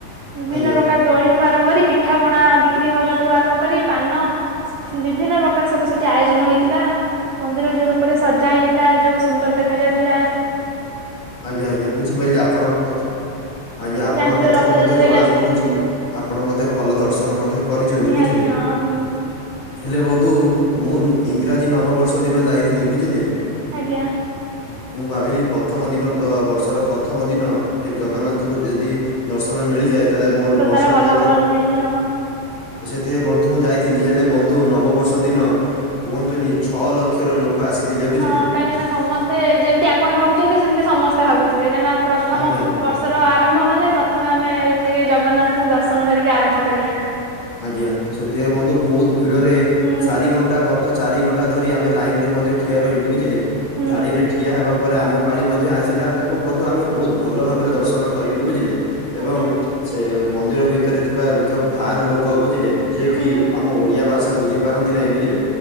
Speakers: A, on the right; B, on the left.
A: ବିଭିନ୍ନ
B: ଆଜ୍ଞା
A: ପ୍ରକାର ଦୋଳି ଠୁ ଆରମ୍ଭ କରି ପିଠା ପଣା ବିକ୍ରି ହବା ଠୁ ଆରମ୍ଭ କରି ପାନ ବିଭିନ୍ନ ପ୍ରକାର ସବୁ ସେଠି ଆୟୋଜ ନ ହେଇଥିଲା ମନ୍ଦିର ଯୋଉ ରୂପରେ ସଜା ହେଇଥିଲା। ଯୋଉ ସୁନ୍ଦର ଦେଖାଯାଉଥିଲା।
B: ଆଜ୍ଞା ଆଜ୍ଞା ବୁଝିପାଇଲି ଆପଣଙ୍କ କଥା ଆଜ୍ଞା ଆପଣଙ୍କ
A: ଜାଣିଥିବ
B: କଥାରୁ
A: ରଥଯାତ୍ରା
B: ମଧ୍ୟ ଜଣା
A: ବି ଆସିଲେଣି
B: ପଡୁଚି ଆପଣ ମଧ୍ୟ ଭଲ ଦର୍ଶନ ମଧ୍ୟ କରିଚନ୍ତି
A: ନିହାତି
B: ବୁଝିଲେ।
A: ହଁ ମୁଁ
B: ହେଲେ ବନ୍ଧୁ କୁ ମୁଁ ଇଂରାଜୀ ନବବର୍ଷ ଦିନ ଯାଇଥିଲି ବୁଝିଲେ।
A: ଆଜ୍ଞା।
B: ମୁଁ ଭାବିଲି ପ୍ରଥମ ଦିନ ଗ-ବର୍ଷର ପ୍ରଥମ ଦିନ ତେ ଜଗନ୍ନାଥଙ୍କୁ ଯଦି ଦର୍ଶନ ମିଳିଯି ଲେ ମୋ ବର୍ଷ
A: ସାରା ଭଲ
B: ଯାକ୍ା
A: ହବ ନିହାତି ହଁ।
B: ସେଥି ବଧ ମୁ ଯାଇଥିଲି ହେଲେ ବନ୍ଧୁ ନବବର୍ଷ ଦିନ କୁହନ୍ତୁନି ଛଅ ଲକ୍ଷର ଲୋକ ଆସିଥିଲେ ବୁଝିଲେ।
A: ହଁ କାହିଁକି ନା ସମସ୍ତେ ଯେମିତି ଆପଣ ଭାବୁଛନ୍ତି ସେମତି ସମସ୍ତେ ଭାବୁଛନ୍ତି ଥିବେ କାହିଁିନା ପ୍ରଥମ
B: ଆଜ୍ଞା ଆଜ୍ଞା।
A: ବର୍ଷର ଆରମ୍ଭ ମାନେ ପ୍ରଥମେ ଆମେ ଟିକେ ଜଗନ୍ନାଥ ତ ଦର୍ଶନ କରିକି ଆରମ୍ଭ କରିବା।
B: ଆଜ୍ଞା ତ ସେଥିପାଇଁ ବନ୍ଧୁ ବହୁତ ଭିଡରେ
A: ହୁଁ
B: ଚାରି ଘଣ୍ଟା ଗ ଚାରି ଘଣ୍ଟା ଧରି ଆମେ ଲାଇନ ରେ ମଧ୍ୟ ଠିଆ ରହିଲୁ ବୁଝିଲେ
A: ହୁଁ
B: ଧାଡିରେ ଠିଆ ହେବା ପରେ ଆମ ପାଳି ମଧ୍ୟ ଆସିଲା ଏବଂ ମଧ୍ୟ ଆମେ ବହୁତ ଭଲ ଭାବରେ ଦର୍ଶନ କରିଲୁ ବୁଝିଲେ ଏବଂ
A: ଆଜ୍ଞା
B: ସେ ମନ୍ଦିର ଭିତରେ ଥିବା କେଉଁ ବାହାର ଲୋକ ଲ ବୁଝିଲେ ଯିଏ
A: ହୁଁ।
B: କି ଆମ ଓଡିଆ ଭାଷା ବୁଝିପାରନ୍ତି ନାହିଁ ବୁଝିଲେ